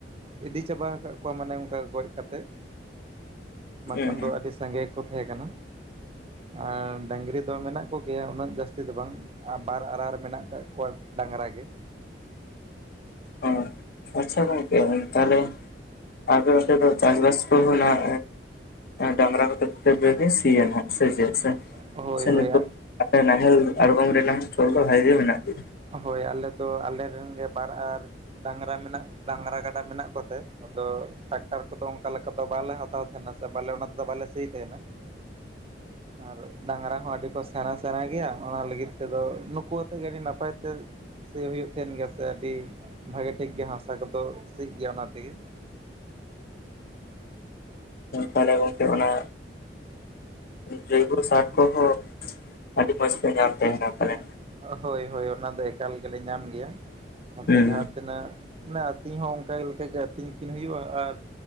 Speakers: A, on the right; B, on the left.
A: ᱤᱫᱤ ᱪᱟᱵᱟ ᱟᱠᱟᱫ ᱠᱚᱣᱟ ᱢᱟᱱᱮ ᱚᱱᱠᱟ ᱜᱚᱡ ᱠᱟᱛᱮᱫ ᱾ ᱵᱟᱝᱠᱷᱟᱱ
B: ᱦᱩᱸ ᱦᱩᱸ
A: ᱫᱚ ᱟᱹᱰᱤ ᱥᱟᱸᱜᱮ ᱜᱮ ᱠᱚ ᱛᱟᱦᱮᱸ ᱠᱟᱱᱟ ᱾ ᱟᱨ ᱰᱟᱝᱨᱤ ᱫᱚ ᱢᱮᱱᱟᱜ ᱠᱚᱜᱮᱭᱟ ᱩᱱᱟᱹᱜ ᱡᱟᱹᱥᱛᱤ ᱫᱚ ᱵᱟᱝ ᱟ ᱵᱟᱨ ᱟᱨᱟᱨ ᱢᱮᱱᱟᱜ ᱟᱠᱟᱫ ᱠᱚᱣᱟ ᱰᱟᱸᱝᱨᱟ ᱜᱮ ᱾
B: ᱦᱚᱸ ᱟᱪᱪᱷᱟ ᱜᱚᱝᱠᱮ ᱛᱟᱦᱞᱮ ᱟᱯᱮ ᱚᱸᱰᱮ ᱫᱚ ᱪᱟᱥᱵᱟᱥ ᱠᱚᱦᱚᱸ ᱱᱟᱜ ᱰᱟᱸᱝᱨᱟ ᱠᱚᱛᱮ ᱜᱮᱯᱮ ᱥᱤᱭᱟ ᱱᱟᱦᱜ ᱥᱮ ᱪᱮᱫ ᱥᱮ
A: ᱦᱳᱭ
B: ᱥᱮ
A: ᱦᱳᱭ
B: ᱱᱤᱛᱚᱜ ᱟᱞᱮ ᱱᱟᱦᱮᱞ ᱟᱲᱜᱚᱢ ᱨᱮᱱᱟᱜ ᱪᱚᱞ ᱫᱚ ᱵᱷᱟᱜᱮ ᱜᱮ ᱢᱮᱱᱟᱜ ᱜᱮᱭᱟ?
A: ᱦᱳᱭ ᱟᱞᱮ ᱫᱚ ᱟᱞᱮ ᱨᱮᱱ ᱜᱮ ᱵᱟᱨ ᱟᱨ ᱰᱟᱝᱨᱟ ᱢᱮᱱᱟᱜ ᱰᱟᱝᱨᱟ ᱠᱟᱰᱟ ᱢᱮᱱᱟᱜ ᱠᱚᱛᱮ ᱟᱫᱚ ᱴᱨᱟᱠᱴᱟᱨ ᱠᱚᱫᱚ ᱚᱱᱠᱟ ᱞᱮᱠᱟ ᱫᱚ ᱵᱟᱞᱮ ᱦᱟᱛᱟᱣ ᱛᱟᱸᱦᱮᱱᱟ ᱾ ᱛᱚ ᱵᱟᱞᱮ ᱚᱱᱟ ᱛᱮᱫᱚ ᱵᱟᱞᱮ ᱥᱤᱭ ᱛᱟᱦᱮᱱᱟ ᱾ ᱟᱨ ᱰᱟᱝᱨᱟ ᱦᱚᱸ ᱟᱹᱰᱤ ᱠᱚ ᱥᱮᱬᱟ ᱥᱮᱬᱟ ᱜᱮᱭᱟ ᱚᱱᱟ ᱞᱟᱹᱜᱤᱫ ᱛᱮᱫᱚ ᱱᱩᱠᱩ ᱟᱛᱮ ᱜᱮ ᱟᱹᱰᱤ ᱱᱟᱯᱟᱭ ᱥᱤ ᱦᱩᱭᱩᱜ ᱛᱟᱦᱮᱱ ᱜᱮᱭᱟ ᱥᱮ ᱟᱹᱰᱤ ᱵᱷᱟᱜᱮ ᱴᱷᱤᱠ ᱜᱮ ᱦᱟᱥᱟ ᱠᱚᱫᱚ ᱥᱤᱜ ᱜᱮᱭᱟ ᱚᱱᱟ ᱛᱮᱜᱮ ᱾
B: ᱛᱟᱦᱞᱮ ᱜᱚᱝᱠᱮ ᱚᱱᱟ ᱡᱳᱭᱵᱚ ᱥᱟᱨ ᱠᱚᱦᱚᱸ ᱟᱹᱰᱤ ᱢᱚᱡᱽ ᱯᱮ ᱧᱟᱢ ᱛᱟᱦᱮᱱᱟ ᱯᱟᱞᱮᱱ ᱾
A: ᱦᱳᱭ ᱦᱳᱭ ᱚᱱᱟ ᱫᱚ ᱮᱠᱟᱞ ᱜᱮᱞᱮ ᱧᱟᱢ ᱜᱮᱭᱟ ᱱᱚᱛᱮ
B: ᱦᱩᱸ
A: ᱡᱟᱦᱟᱸ ᱛᱮᱱᱟᱜ ᱢᱟᱱᱮ ᱟᱹᱛᱤᱧ ᱦᱚᱸ ᱚᱱᱠᱟᱜᱮ ᱞᱮᱠᱟᱜᱮ ᱟᱹᱛᱤᱧ ᱠᱤᱱ ᱦᱩᱭᱩᱜᱼᱟ ᱟᱨ